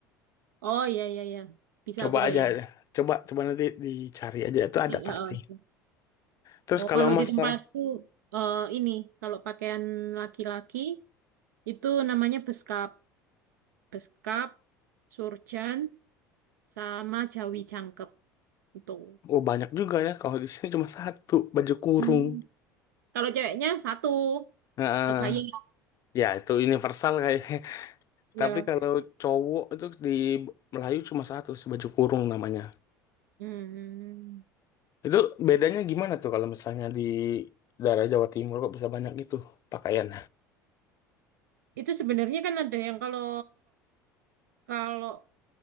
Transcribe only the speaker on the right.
oh iya iya iya. Bisa
aku bayang.
I-
uh, uh.
Oh,
kalau
di tempatku eh ini kalau pakaian laki-laki itu namanya beskap. Beskap, surjan, sama Jawi Jangkep itu.
Hmm. Kalau ceweknya satu,
kebayang
ya.
Hmm.
Itu sebenarnya kan ada yang kalau kalau